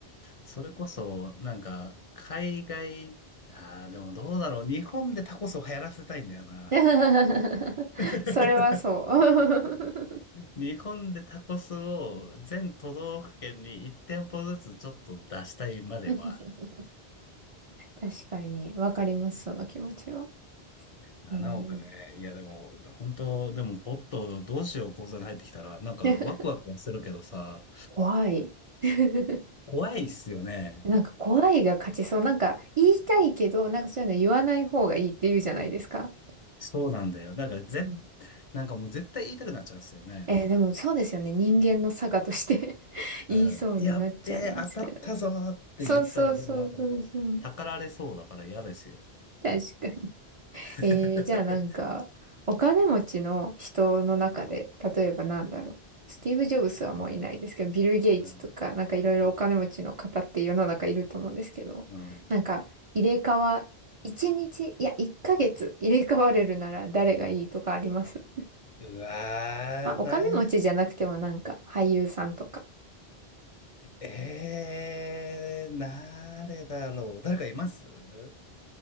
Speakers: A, on the left; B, on the right.
A: それこそ、なんか、海外、ああ、でもどうだろう。日本でタコスを流行らせたいんだよな。
B: <laughs>
A: <laughs>
B: それはそう。
A: 日本でタコスを全都道府県に1店舗ずつちょっと出したいまではある。
B: <laughs> 確かに、わかります、その気持ちは。
A: 7億ね。
B: えー、
A: いやでも、本当でもポッとどうしよう口座に入ってきたら、なんかワクワクはするけどさ、
B: <laughs> 怖い。<laughs>
A: 怖いっすよね。
B: なんか怖いが勝ちそう。なんか言いたいけど、なんかそういうの言わない方がいいって言うじゃないですか。
A: そうなんだよ。なんから絶
B: うん
A: なんかもう絶対言いたくなっちゃうんですよね。
B: えーでもそうですよね。人間の差がとして <laughs> 言いそうになっちゃいますけど。
A: うん。やっべえ、当たったぞーって言ったら、
B: そうそうそうそうそう。
A: でもなんか、たかられそうだから嫌ですよ。
B: 確かに。<laughs>
A: <laughs>
B: えー、じゃあなんか、お金持ちの人の中で、例えばなんだろう。スティーブ・ジョブスはもういないですけど、ビル・ゲイツとか、
A: うん。
B: なんかいろいろお金持ちの方って世の中いると思うんですけど、
A: うん。うん
B: なんか入れ替わ、1日、いや、1ヶ月入れ替われるなら誰がいいとかあります
A: うわー、
B: まあ、お金持ちじゃなくてもなんか俳優さんとか。
A: ない、えー、誰だろう。誰かいますうん。